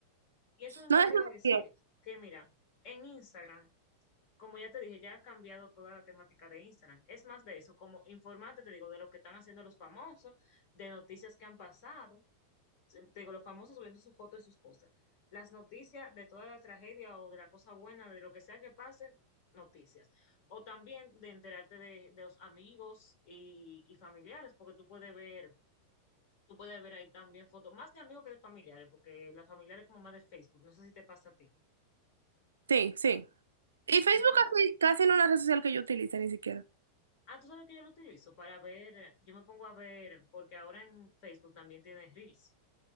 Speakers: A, on the left (about 40°); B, on the right (about 70°).
A: Y eso mismo
B: no es
A: te iba a decir
B: bien.
A: que, mira, en Instagram, como ya te dije, ya ha cambiado toda la temática de Instagram. Es más de eso, como informarte, te digo, de lo que están haciendo los famosos, de noticias que han pasado. te digo, los famosos subiendo sus fotos y sus cosas. Las noticias de toda la tragedia o de la cosa buena, de lo que sea que pase, noticias. O también de enterarte de, de los amigos y, y familiares, porque tú puedes ver, tú puedes ver ahí también fotos, más de amigos que de familiares, porque las familiares como más de Facebook, no sé si te pasa a ti.
B: Sí, sí. Y Facebook
A: Entonces,
B: casi, casi no es una red social que yo utilice ni siquiera.
A: ah, tú sabes que yo lo utilizo para ver, yo me pongo a ver, porque ahora en Facebook también tienes Reels.